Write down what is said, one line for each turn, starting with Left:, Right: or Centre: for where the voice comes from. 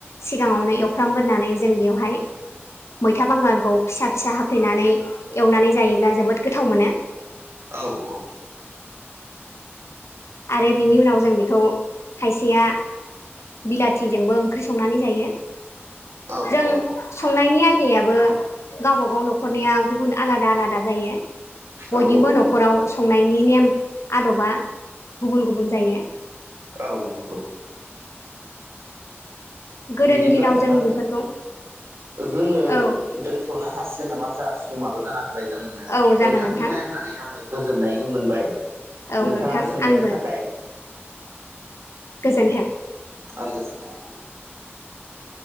Left: सिगाङावनो एवफ्रामग्रोनानै जों बेवहाय मैथा बांगालखौ फिसा फिसा हाफ्लेनानै एवनानै जायोब्ला जोबोद गोथाव मोनो <unintelligible>
Right: औ औ
Left: आरो बिनि उनाव जों बेखौ खायसेया बिलाथिजोंबो ओंख्रि संनानै जायो
Right: औ
Left: जों
Right: औ
Left: संनायनि आयदायाबो गावबागाव न'खरनिया गुबुन आलादा आलादा जायो
Right: औ
Left: बयनिबो
Right: औ
Left: न'खराव
Right: नंगौ नोंथां
Left: संनायनि नेम आदबा गुबुन गुबुन जायो
Right: औ नोंगौ
Left: गोदोनि
Right: बिदिब्ला
Left: दिनाव
Right: नोंथां
Left: जों बेफोरखौ
Right: जोङो
Left: औ
Right: दोन थ'नो हासिगोन नामा जा समाबो जानां ओमफ्राय जोंनो
Left: औ जागोन
Right: नोंथांजों
Left: नोंथां
Right: रायलायनानै आङो गोजोननाय मोनबाय
Left: औ
Right: नोंथाङा
Left: नोंथां
Right: सोंनायनि
Left: आंबो
Right: थाखाय
Left: गोजोनथों
Right: ओं गोजोनथों